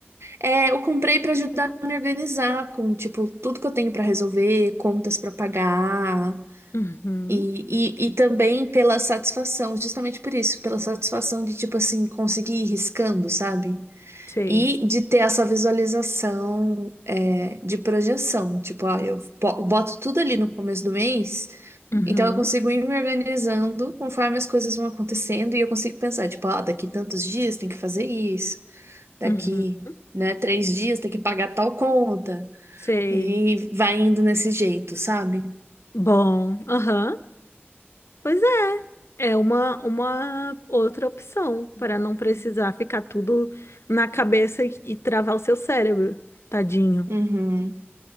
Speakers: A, on the right; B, on the left.
A: É, eu comprei para ajudar a me organizar com, tipo, tudo que eu tenho para resolver, contas para pagar,
B: Uhum,
A: e, e, e também pela satisfação, justamente por isso, pela satisfação de, tipo assim, conseguir ir riscando, sabe?
B: sei.
A: E de ter essa visualização, é, de projeção, tipo, ó, eu po- boto tudo ali no começo do mês,
B: Uhum,
A: então eu consigo ir me organizando conforme as coisas vão acontecendo, e eu consigo pensar, tipo, ó, daqui tantos dias tem que fazer isso daqui,
B: uhum,
A: né, três dias tem que pagar tal conta.
B: sei.
A: E vai indo nesse jeito, sabe?
B: Bom, aham. Pois É uma, uma outra opção para não precisar ficar tudo na cabeça e, e travar o seu cérebro. Tadinho,
A: Uhum.